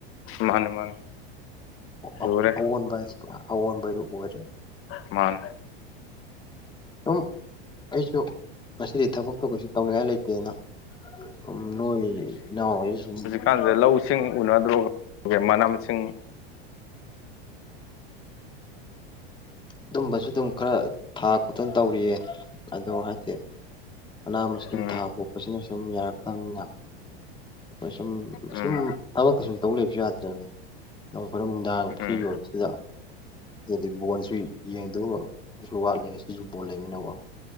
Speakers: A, on the left; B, on the left.
A: ꯃꯥꯅꯤ ꯃꯥꯅꯤ ꯂꯨꯔꯦ
B: ꯑꯑꯣꯟꯕ ꯍꯥꯏ ꯑꯑꯣꯟꯕ ꯍꯥꯏꯗꯨ ꯑꯣꯏꯔꯦ
A: ꯃꯥꯟ
B: ꯁꯨꯝ ꯑꯩꯁꯨ ꯉꯁꯤꯗꯤ ꯊꯕꯛꯇ‌ꯣ ꯀꯩꯁꯨ ꯇꯧꯅꯤꯡꯉꯥꯏ ꯂꯩꯇꯦꯅ ꯎꯝ ꯅ‌ꯣꯏꯒꯤ ꯏꯅꯥꯎ ꯍ‌ꯣꯏ ꯁꯨꯝ
A: ꯀꯥꯟꯁꯤꯗ ꯂꯧꯁꯤꯡ ꯎꯅꯗ꯭ꯔꯣ <unintelligible> ꯃꯅꯝꯁꯤꯡ
B: ꯑꯗꯨꯝꯕꯁꯨ ꯑꯗꯨꯝ ꯈꯔ ꯊꯥ ꯈꯣꯠꯇꯅ ꯇꯧꯔꯤꯌꯦ ꯑꯗꯣ ꯍꯥꯏꯗꯤ ꯃꯅꯥ ꯃꯁꯤꯡ
A: ꯎꯝ
B: ꯊꯥꯕ ꯈꯣꯠꯄꯁꯤꯅ ꯁꯨꯝ ꯌꯥꯔꯛꯇꯕꯅꯤꯅ ꯗꯩ ꯁꯨꯝ
A: ꯎꯝ
B: ꯁꯨꯝ ꯊꯕꯛꯇ ꯁꯨꯝ ꯇꯧ ꯂꯩꯕꯁꯨ ꯌꯥꯗ꯭ꯔꯦꯗꯟ ꯅ‌ꯣꯡꯐꯗ‌ꯣꯛ ꯅꯨꯡꯗꯥꯡ
A: ꯎꯝ
B: ꯐ꯭ꯔꯤ ꯑꯣꯏꯕꯁꯤꯗ ꯑꯗꯨꯗꯤ ꯕꯣꯟꯁꯨ ꯌꯦꯡꯗꯕ ꯨꯋꯥꯠꯂ‌ꯦ ꯉꯁꯤꯁꯨ ꯕꯣꯜ ꯂꯩꯃꯤꯅꯀꯣ